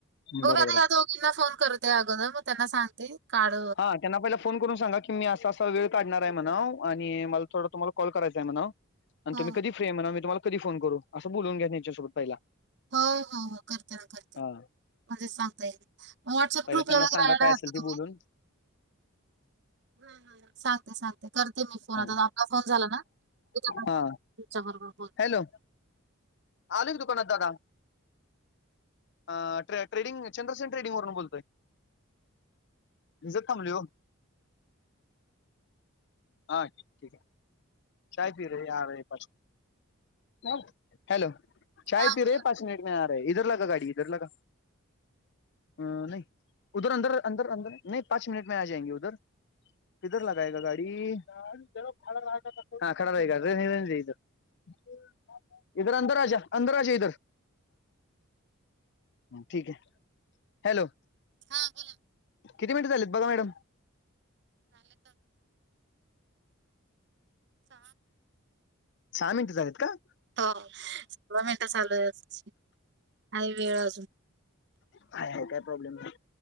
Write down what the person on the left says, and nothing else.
बरोबर
आहे
हा त्यांना पहिला फोन करून सांगा की मी असा अस वेळ काढणार आहे म्हणा आणि मला थोडा तुम्हाला कॉल करायचां आहे म्हणाव आणि
तुम्ही कधी फ्री म्हणाव मी तुम्हाला कधी करू असं बोलून घ्या त्यांच्यासोबत पहिला
हा
पहिला
त्यांना
सांगा
काय
असेल
ते
बोलून
हा.
हा
हॅलो आलोय की दुकानात दादा अ ट्रेडिंग ट्रेडिंग चंद्रसेन ट्रेडिंग वरून बोलतोय भिजत थांबलोय हो हां ठिक हाय चाय पी रहे आ रहे पाच मिनट हॅलो चाय
पी
रहे पाच मिनट आ रहे इधर लगा गाडी इधर लगा अ नही उधर अंदर अंदर अंदर नही पाच मिनट मे आ जायंगे उधर किधर लगायेगा गाडी हा खडा रहेगा रहने रहणे दे इधर इधर अंदर आ जा अंदर आ जा इधर ठीक हॅलो
किती मिनटं झालेत बघा मॅडम
सहा मिनटं झालेत का
हाय हाय काय प्रॉब्लेम नाही